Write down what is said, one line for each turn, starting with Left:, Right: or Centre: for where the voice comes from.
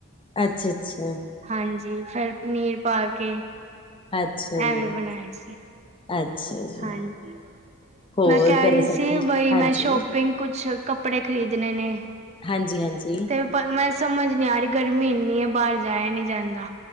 Left: ਅੱਛਾ ਅੱਛਾ
Right: ਹਾਂਜੀ ਫੇਰ ਪਨੀਰ ਪਾ ਕੇ
Left: ਅੱਛਾ
Right: ਐਵੇ
Left: ਜੀ
Right: ਬਣਾਇਆ ਸੀ
Left: ਅੱਛਾ ਜੀ
Right: ਹਾਂਜੀ
Left: ਹੋਰ
Right: ਮੈਂ ਕਹਿ
Left: ਘਰੇ
Right: ਰਹੀ
Left: ਸਭ
Right: ਸੀ
Left: ਠੀਕ
Right: ਬਈ
Left: ਹਾਂਜੀ
Right: ਮੈਂ ਸ਼ੋਪਿੰਗ ਕੁਛ ਕੱਪੜੇ ਖਰੀਦਣੇ ਨੇ
Left: ਹਾਂਜੀ ਹਾਂਜੀ
Right: ਤੇ ਪਰ ਮੈਂ ਸਮਝ ਨੀ ਆ ਰਹੀ ਗਰਮੀ ਇੰਨੀ ਹੈ ਬਾਹਰ ਜਾਇਆ ਨੀ ਜਾਂਦਾ